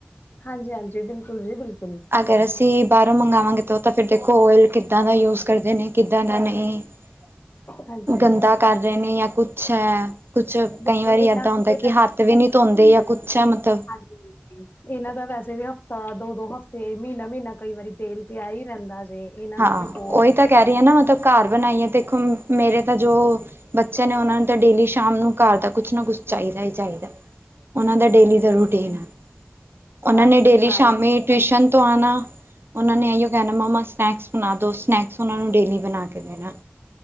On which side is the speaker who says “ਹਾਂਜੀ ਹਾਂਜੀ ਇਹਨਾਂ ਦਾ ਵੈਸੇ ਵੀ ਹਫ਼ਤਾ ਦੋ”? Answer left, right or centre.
Left